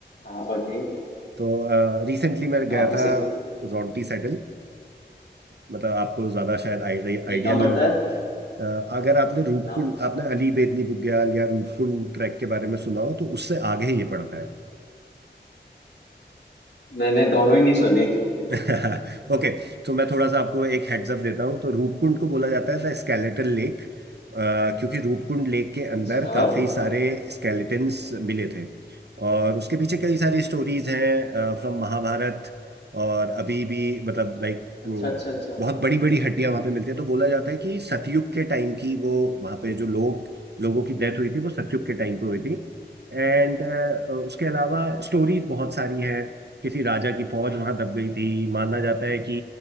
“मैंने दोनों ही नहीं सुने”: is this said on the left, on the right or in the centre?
Left